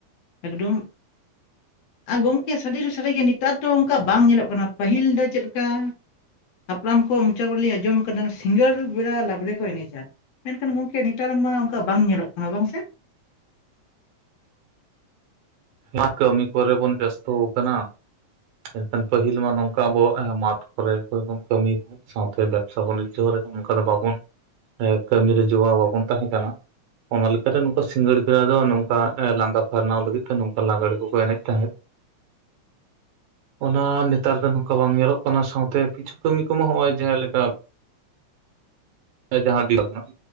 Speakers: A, on the left (about 70°); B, on the right (about 75°).
A: ᱮᱠᱫᱚᱢ ᱟᱨ ᱜᱚᱢᱠᱮ ᱥᱟᱹᱨᱤ ᱫᱚ ᱥᱟᱹᱨᱤ ᱜᱮ ᱱᱮᱛᱟᱨ ᱫᱚ ᱚᱱᱠᱟ ᱵᱟᱝ ᱧᱮᱞᱚᱜ ᱠᱟᱱᱟ, ᱯᱟᱹᱦᱤᱞ ᱫᱚ ᱪᱮᱫ ᱞᱮᱠᱟ ᱦᱟᱯᱲᱟᱢ ᱠᱚᱣᱟᱜ ᱢᱚᱪᱟ ᱠᱚᱨᱮ ᱞᱤᱧ ᱟᱸᱡᱚᱢ ᱟᱠᱟᱫᱟ ᱥᱤᱸᱜᱟᱹᱲ ᱵᱮᱲᱟ ᱞᱟᱜᱽᱲᱮ ᱠᱚ ᱮᱱᱮᱡᱟ᱾ ᱢᱮᱱᱠᱷᱟᱱ ᱜᱚᱝᱠᱮ ᱱᱮᱛᱟᱨ ᱨᱮᱱ ᱢᱟ ᱚᱱᱠᱟ ᱵᱟᱝ ᱧᱮᱞᱚᱜ ᱠᱟᱱᱟ ᱵᱟᱝ ᱥᱮ?
B: <unintelligible> ᱠᱟᱹᱢᱤ ᱠᱚᱨᱮ ᱵᱚᱱ ᱵᱮᱥᱛᱚ ᱟᱠᱟᱱᱟ᱾ ᱢᱮᱱᱠᱷᱟᱱ ᱯᱟᱹᱦᱤᱞ ᱢᱟ ᱱᱚᱝᱠᱟ ᱟᱵᱚᱣᱟᱜ ᱢᱟᱴᱷ ᱠᱚᱨᱮ ᱵᱚᱱ ᱠᱟᱹᱢᱤᱭᱮᱫ ᱛᱟᱦᱮᱸᱫ᱾ ᱥᱟᱶᱛᱮ ᱵᱮᱵᱥᱟ ᱵᱟᱱᱤᱡᱽᱡᱚ ᱨᱮᱦᱚᱸ ᱱᱚᱝᱠᱟ ᱫᱚ ᱵᱟᱵᱚᱱ ᱮ ᱠᱟᱹᱢᱤᱨ ᱨᱮ ᱡᱚᱣᱟᱣ ᱵᱟᱵᱚᱱ ᱛᱟᱦᱮᱸ ᱠᱟᱱᱟ᱾ ᱚᱱᱟ ᱞᱮᱠᱟᱨᱮ ᱱᱚᱝᱠᱟ ᱥᱤᱸᱜᱟᱹᱲ ᱵᱮᱲᱟ ᱫᱚ ᱱᱚᱝᱠᱟ ᱞᱟᱸᱜᱟ ᱯᱷᱟᱨᱱᱟᱣ ᱞᱟᱹᱜᱤᱫ ᱱᱚᱝᱠᱟ ᱞᱟᱜᱽᱲᱮ ᱠᱚᱠᱚ ᱮᱱᱮᱡ ᱛᱟᱦᱮᱸᱫ᱾ ᱚᱱᱟ ᱱᱮᱛᱟᱨ ᱫᱚ ᱱᱚᱝᱠᱟ ᱵᱟᱝ ᱧᱮᱞᱚᱜ ᱠᱟᱱᱟ ᱥᱟᱶᱛᱮ ᱠᱤᱪᱷᱩ ᱠᱟᱹᱢᱤ ᱠᱚᱢᱟ ᱱᱚᱜᱼᱚᱭ ᱡᱟᱦᱟᱸ ᱞᱮᱠᱟ ᱡᱟᱦᱟᱸ ᱫᱤᱱ ᱨᱮᱱᱟᱜ